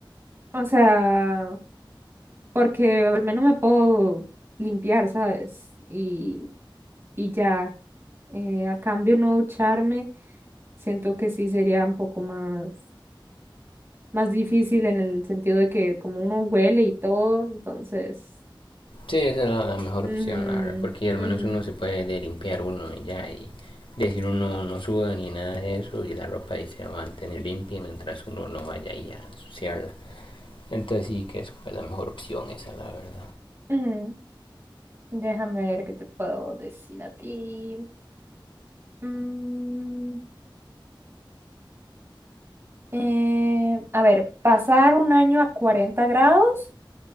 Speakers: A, on the right; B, on the left.
A: O sea. porque al menos me puedo limpiar, ¿sabes? Y, y ya, eh, a cambio no ducharme, siento que sí sería un poco más, más difícil en el sentido de que como uno huele y todo, entonces...
B: Sí, esa es la, la mejor
A: ujú,
B: opción, la verdad, porque al
A: ujú,
B: menos uno se puede limpiar uno y ya, y decir uno no suda ni nada de eso, y la ropa ahí se va a mantener limpia mientras uno no vaya ahí a ensuciarla. Entonces sí que es pues, la mejor opción esa, la verdad.
A: ujú. Déjame ver qué te puedo decir a ti. Mm, eh, a ver, ¿pasar un año a 40 grados